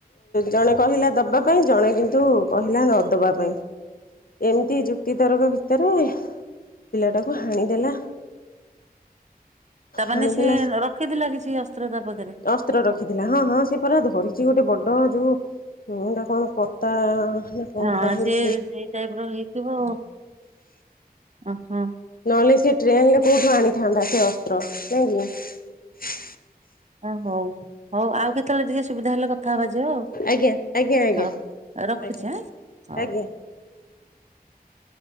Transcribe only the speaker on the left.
ଜଣେ କହିଲା ଦବା ପାଇଁ ଜଣେ କିନ୍ତୁ କହିଲା ନଦବା ପାଇଁ। ଏମିତି ଯୁକ୍ତି ତରକ ଭ ଭିତରେ ପିଲାଟାକୁ ହାଣିଦେଲା।
ହାଣିଦେଲା
ଅସ୍ତ୍ର ରଖିଥିଲା ହଁ ହଁ ସେ ପରା ଧରିଛି ଗୋଟେ ବ ବଡ଼ ଯଉ ଏଇଟା କଣ କତା। ନା କଣ
କହନ୍ତି
ନହେଲେ ସେ ଟ୍ରେନ ରେ କୋଉଠୁ ଆଣିଥାନ୍ତା ସେ ଅସ୍ତ୍ର ନାହିଁ କି?
ଆଜ୍ଞା ଆଜ୍ଞା ଆଜ୍ଞା
ଆଜ୍ଞା
ଆଜ୍ଞା <inaudible>